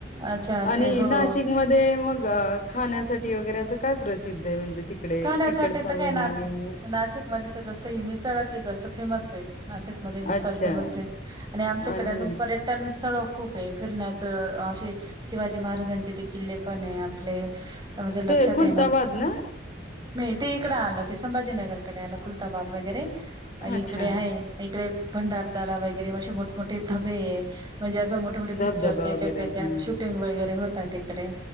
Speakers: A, on the right (about 25°); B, on the left (about 45°).
A: अच्छा असे
B: आणि
A: हो.
B: नाशिकमध्ये मग खाण्यासाठी वगैरे असं काय प्रसिद्ध आहे म्हणजे तिकडे
A: खाण्यासाठी
B: तिकडचा
A: तर काय
B: मेनू?
A: नाशिक नाशिक मध्ये जस मिसळच आहे जास्त फेमसच आहे? नाशिकमध्ये मिसळ
B: अच्छा
A: फेमस आहे आणि आमच्याकडे
B: आणि
A: अजून पर्यट न स्थळ खूप आहे फिरण्याचं असे शिवाजी महाराजांचे ते किल्ले पण आपले तर म्हणजे लक्षात
B: ते खुलताबाद
A: ये ना
B: ना
A: नाही ते इकडं आलं ते संभाजीनगरकडे आलं खुलताबाद वगैरे
B: अच्छा.
A: इकडे आहे इकडे भंडारदारा वगैरे म्ह मोठमोठे धबे म्हणजे असं मोठ मोठे मोठे
B: धबधबा
A: पिक्चर याच्या
B: वगैरे.
A: त्याच्या
B: हां.
A: शूटिंग वगैरे होतात तिकडे.